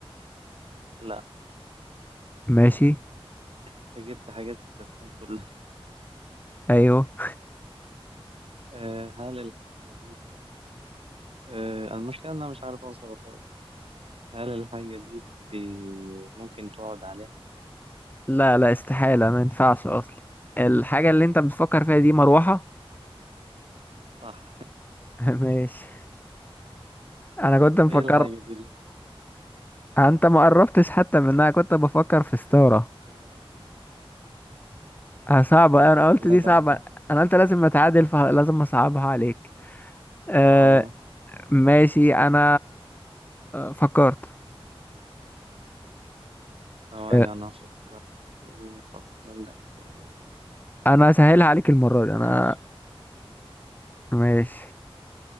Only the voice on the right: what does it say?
لا
أنت جبت حاجات التسخين كلها
<laughs> آه، هل الحاجة دي آه، المشكلة إن أنا مش عارف أوصل خالص هل الحاجة دي بي... ممكن تقعد عليها
صح
<laughs>
إيه الحاجة دي اللي أنت كنت-
ما أعرفش
لا
بعيدة
طبعا
ثواني
أنا أفكر في إيه أفكر لك في إيه.
ماشي